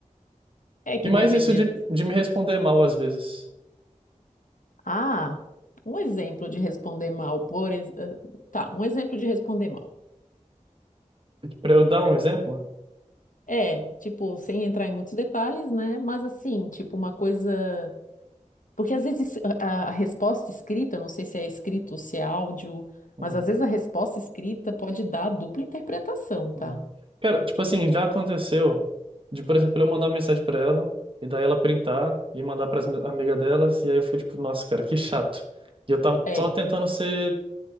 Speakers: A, on the left; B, on the right.
A: É que
B: E mais
A: dependendo.
B: isso de, de me responder mal às vezes.
A: Ah, um exemplo de responder mal, por ex... eh, tá, um exemplo de responder mal.
B: Pra eu dar um exemplo,
A: É, tipo, sem entrar em muitos detalhes, né? Mas assim, tipo, uma coisa. Porque às vezes a, a resposta escrita, não sei se é escrito ou se é áudio,
B: uhum,
A: mas às vezes a resposta escrita pode dar dupla interpretação, tá?
B: Uhum. Cara, tipo assim, já aconteceu de, por exemplo, eu mandar uma mensagem pra ela e daí ela printar e mandar para as amigas delas e aí eu fico tipo, nossa, cara, que chato. E eu tava
A: É,
B: só tentando ser,